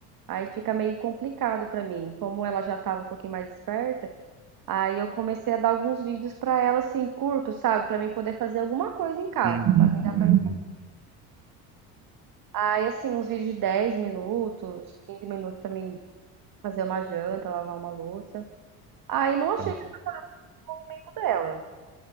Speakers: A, on the right; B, on the right.
A: Aí fica meio complicado para mim. Como ela já estava um pouquinho mais esperta, aí eu comecei a dar alguns vídeos para ela assim, curtos, sabe, para mim poder fazer alguma coisa em casa,
B: Uhum,
A: para mim dar
B: uhum.
A: para mim. Aí assim, uns vídeos de 10 minutos, 15 minutos para mim fazer uma janta, lavar uma louça. Aí não achei
B: Tá.
A: que nem tudo dela.